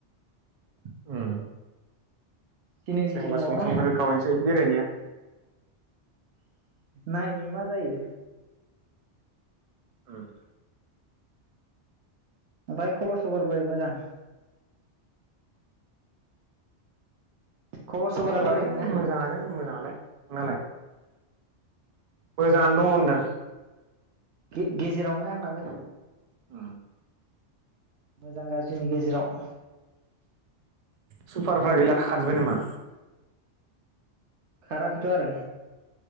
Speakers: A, on the right (about 50°); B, on the right (about 75°).
A: उम
B: सिनिरिटि
A: जोंबो
B: दंबावोना
A: सम सम होखावसै बेरायनाया <inaudible>
B: नायनि मा जायो।
A: उम
B: ओमफ्राय खबर सबर बोरै मोजां? खबर सबरा
A: खबरालाय
B: बोरै नोंना?
A: मोजाङानो मोजाङालाय नोंनालाय मोजाङानो दङो होन्दों।
B: गे-गेजेरावनो आंनाबो
A: आ
B: मोजां गाज्रिनि गेजेराव
A: सुपारफ्रा गैला खारजुबाय नामा?
B: खाराखैथ आरो